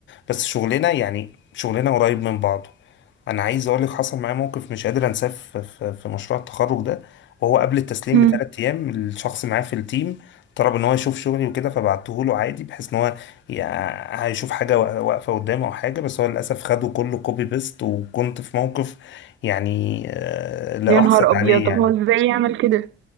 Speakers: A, on the left; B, on the right.
A: بس شغلنا يعني شغلنا قريب من بعضه انا عايز اقول لك حصل معايا موقف مش قادر انساه في في- في مشروع التخرج ده وهو قبل التسليم
B: مم.
A: بثلاث ايام الشخص معاه في التيم طلب ان هو يشوف شغلي وكده فبعته له عادي بحيث ان هو يع- هيشوف حاجه وا- واقفه قدامه او حاجه بس هو للاسف خده كله كوبي بيست وكنت في موقف يعني آه، لا
B: يا
A: احسد
B: نهار ابيض
A: عليه
B: طب
A: يعني
B: هو ازاي يعمل كده